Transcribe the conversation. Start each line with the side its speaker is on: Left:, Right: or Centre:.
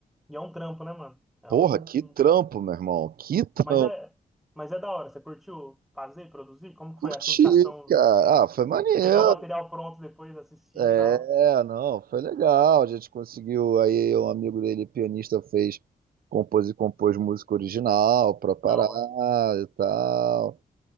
Centre: E é um trampo, né, mano? É
Right: Porra,
Centre: um,
Right: que
Centre: um-
Right: trampo, meu irmão. Que trampo.
Centre: Mas é, mas é da hora. Você curtiu fazer, produzir? Como que
Right: Curti,
Centre: foi a sensação?
Right: cara. Ah, foi maneiro.
Centre: Pegar o material pronto depois, assistir
Right: É,
Centre: e tal.
Right: não, foi legal. A gente conseguiu. Aí um amigo dele, pianista, fez, compôs e compôs música original pra parar
Centre: Da hora.
Right: e tal.